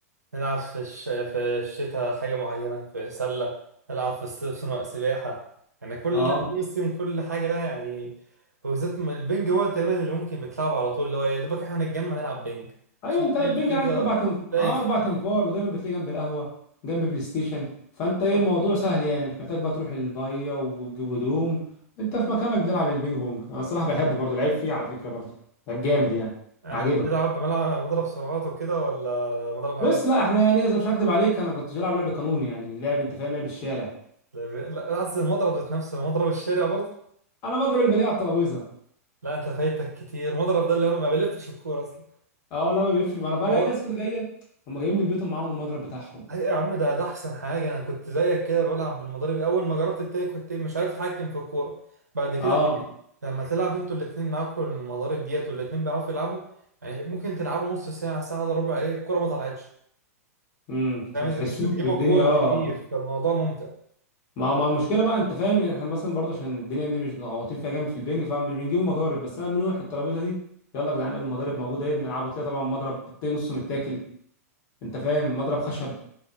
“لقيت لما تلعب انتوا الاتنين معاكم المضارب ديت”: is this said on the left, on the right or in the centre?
Right